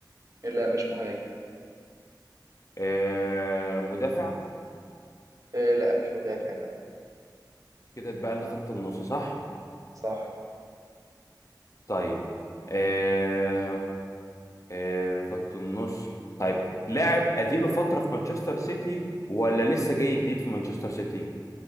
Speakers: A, on the right (about 45°); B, on the left (about 45°).
A: لا مش مهاجم
B: آه، مدافع
A: آه، لا مش مدافع لا
B: كده اتبقى لنا خط النص صح؟
A: صح
B: طيب آه، آه، خط النص طيب لاعب اديله فترة في مانشستر سيتي ولا لسه جاي جديد في مانشستر سيتي؟